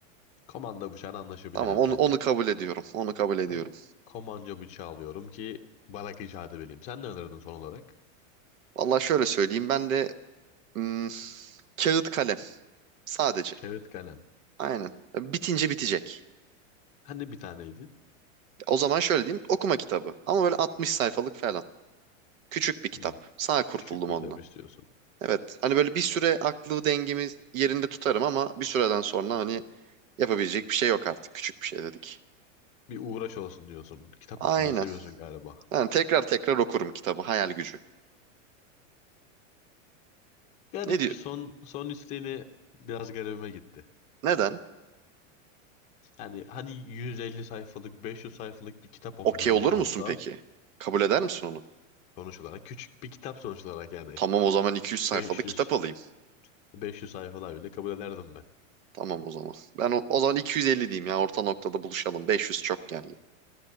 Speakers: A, on the left; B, on the right.
A: Komando bıçağına anlaşabiliriz
B: Tamam onu,
A: bence.
B: onu kabul ediyorum. Onu kabul ediyorum.
A: Ben komanca bıçağı alıyorum ki barak işareti vereyim. Sen ne alırdın son olarak?
B: Vallahi şöyle söyleyeyim ben de hmm, kağıt kalem sadece.
A: Kağıt kalem.
B: Aynen. Bitince bitecek.
A: Hani bir taneydi?
B: O zaman şöyle diyeyim. Okuma kitabı. Ama böyle 60 sayfalık falan. Küçük bir kitap.
A: Hmm,
B: Sağ kurtuldum
A: küçük bir
B: onunla.
A: kitap istiyorsun.
B: Evet. Hani böyle bir süre aklı dengemi yerinde tutarım ama bir süreden sonra hani yapabilecek bir şey yok artık. Küçük bir şey dedik.
A: Bir uğraş olsun diyorsun. Kitap
B: Aynen.
A: okumayı seviyorsun galiba.
B: Yani tekrar tekrar okurum kitabı. Hayal gücü.
A: Garip.
B: Ne diyor?
A: Son son isteğini biraz garibime gitti.
B: Neden?
A: Yani hani 150 sayfalık, 500 sayfalık bir kitap olsa,
B: Okey
A: bir roman
B: olur musun
A: olsa
B: peki? Kabul eder misin onu?
A: sonuç olarak küçük bir kitap sonuç olarak yani
B: Tamam o zaman 200 sayfalık
A: 500
B: kitap alayım.
A: 500 sayfalar bile kabul ederdim ben.
B: Tamam o zaman. Ben o, o zaman 250 diyeyim ya orta noktada buluşalım. 500 çok geldi.